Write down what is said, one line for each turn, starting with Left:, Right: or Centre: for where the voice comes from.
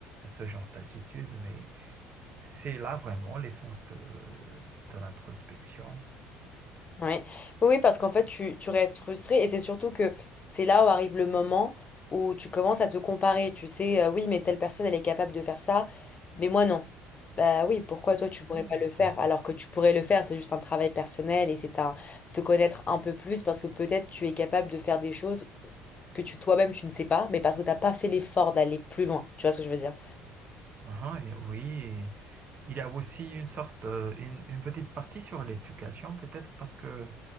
Right: ce genre d'attitude, mais c'est là vraiment l'essence de, de l'introspection,
Left: Ouais. Oui, oui, parce qu'en fait, tu, tu restes frustré et c'est surtout que c'est là où arrive le moment où tu commences à te comparer. Tu sais, euh, oui, mais telle personne, elle est capable de faire ça, mais moi, non. Bah oui, pourquoi toi, tu pourrais
Right: Hein,
Left: pas
Right: justement.
Left: le faire alors que tu pourrais le faire? C'est juste un travail personnel et c'est un te connaître un peu plus parce que peut-être tu es capable de faire des choses que tu toi-même tu ne sais pas, mais parce que t'as pas fait l'effort d'aller plus loin. Tu vois ce que je veux dire?
Right: Uhum, et oui, et il y a aussi une sorte, euh, une, une petite partie sur l'éducation, peut-être parce que